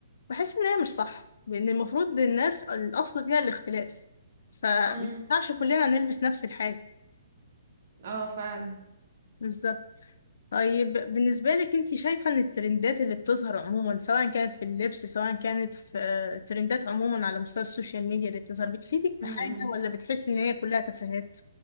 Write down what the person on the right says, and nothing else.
امم
اه فعلا
امم